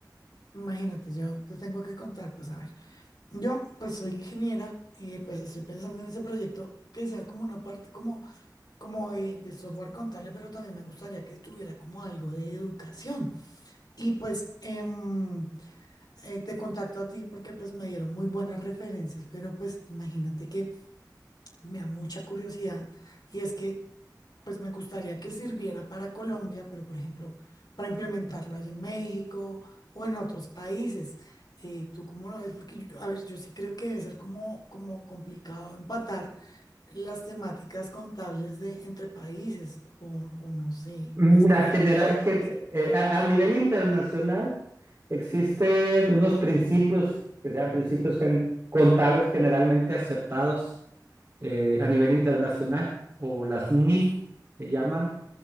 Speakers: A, on the left; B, on the right.
A: Imagínate, yo te tengo que contar, pues a ver. Yo, pues soy ingeniera y pues estoy pensando en ese proyecto que sea como una parte como, como eh, de software contable, pero también me gustaría que tuviera como algo de educación. Y pues... em, eh, te contacto a ti porque pues me dieron muy buenas referencias, pero pues imagínate que me da mucha curiosidad y es que pues me gustaría que sirviera para Colombia, pero por ejemplo, para implementarlo allá en México o en otros países. Eh, ¿tú cómo lo ves? Porque yo- a ver, yo sí creo que debe ser como, como complicado empatar las temáticas contables de entre países o, o no sé,
B: Mira,
A: es que
B: general,
A: ahí es donde
B: gen-
A: no sé.
B: eh, a, a nivel internacional existen unos principios, que sean principios gen- contables generalmente aceptados eh, a nivel internacional, o las NIF se llaman,